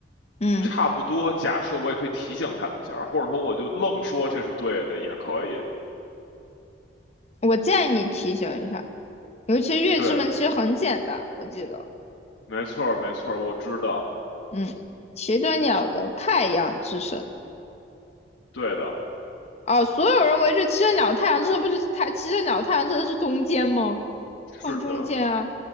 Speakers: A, on the left; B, on the left.
A: 嗯，
B: 差不多假设我也可以提醒他们一下，或者说我就愣说这是对的也可以。
A: 我建议你提醒一下，尤其月之门其实很简单，
B: 对，
A: 我记得，
B: 没错儿，没错儿，我知道，
A: 嗯，骑着鸟的太阳之神。
B: 对的，
A: 哦，所有人围着骑着鸟的太阳之神，不是太，骑着鸟的太阳之神是中间吗？
B: 是的，
A: 放中间啊，